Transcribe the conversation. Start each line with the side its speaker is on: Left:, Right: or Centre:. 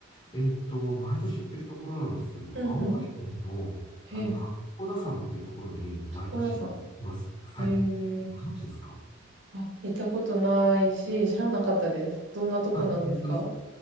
Left: えーっと、毎年行ってるところなんですけども、
Right: うんう
Left: 青森県の、あの、
Right: ん。へえ、
Left: 八甲田山っていうところに毎年行ってます。
Right: 箱田さん。
Left: はい。
Right: へえ。
Left: ご存知ですか
Right: あ、行ったことないし、知らなかったです。どんなとこなんですか
Left: あ、本当ですか